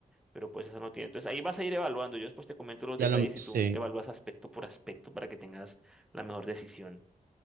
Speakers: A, in the centre; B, on the right.
A: pero pues esa no tiene. Entonces ahí vas a ir evaluando. Yo después te comento los detalles
B: ya lo,
A: y
B: sí.
A: tú evalúas aspecto por aspecto para que tengas la mejor decisión.